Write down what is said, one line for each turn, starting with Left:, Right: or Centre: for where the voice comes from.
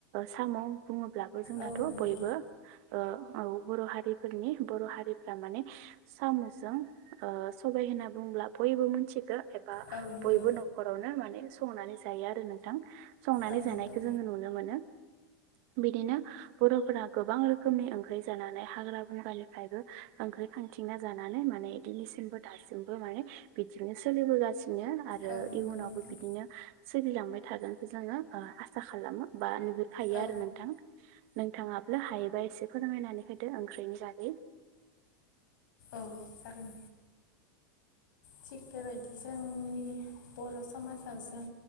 Right: साम बुङो ब्लाबो जोंनाथ
Left: औ नंगौ
Right: बयबो ओ औ बर हारिफोनि बर हारिफ्रा माने सामुजों ओ सबाय होनना बुंब्ला बयबो मोनथि गौ एबा
Left: औ नंगौ
Right: बयबो नखरावनो माने संनानै जायो आरो नोंथां संनानै
Left: औ
Right: जानायखौ
Left: नंगौ
Right: जोङो नुनो मोनो। बिदिनो बरफोरा गोबां रोखोमनि ओंख्रि जानानै हाग्रा बंग्रानिफ्रायबो ओं ओंखैखांथिंना जानानै माने बिदिनिसिमबो दासिमबो माने बिदिनो सोलिबोगासिनो दिनो आरो
Left: औ नंगौ
Right: इयुनावबो
Left: नोंथां
Right: बिदिनो सोलिलांबाय थागोनखौ जोङो ओ आसा खालामो बा नुहुरखायो
Left: औ
Right: आरो नोंथां नोंथाङाब्ला हायोबाय एसे फोरमायनानै होदो ओंख्रिनि बागै
Left: औ जागोन थिग बेबायदि जोंनि बर समाजाव जों